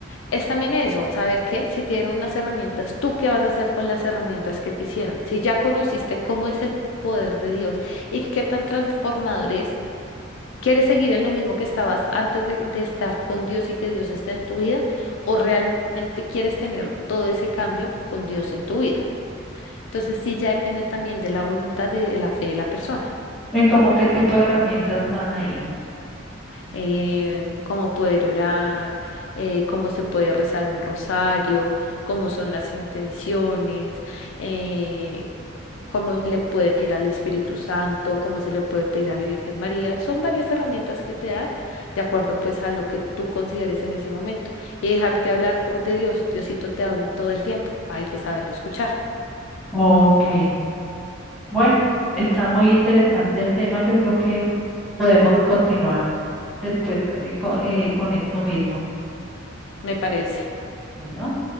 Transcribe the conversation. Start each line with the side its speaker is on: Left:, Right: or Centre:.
Left: Es también eso, saber que si te dieron unas herramientas, ¿tú qué vas a hacer con las herramientas que te hicieron? Si ya conociste cómo es el poder de Dios y qué tan transformador es, ¿quieres seguir en lo mismo que estabas antes de, de estar con Dios y que Dios esté en tu vida? ¿O realmente quieres tener todo ese cambio con Dios en tu vida? Entonces sí, ya depende también de la voluntad y de la fe de la persona.
Centre: ¿Y como qué tipo de herramientas dan ahí?
Left: eh, cómo poder orar, eh, cómo se puede rezar un rosario, cómo son las intenciones, eh, cómo se le puede pedir al Espíritu Santo, cómo se le puede pedir a la Virgen María. Son varias herramientas que te dan de acuerdo pues a lo que tú consideres en ese momento. Y dejarte hablar co- de Dios. Diosito te habla todo el tiempo. Hay que saberlo escuchar,
Centre: Ok, bueno, está muy interesante el tema. Yo creo que podemos continuar después eh, co- eh, con esto mismo.
Left: me parece.
Centre: Bueno.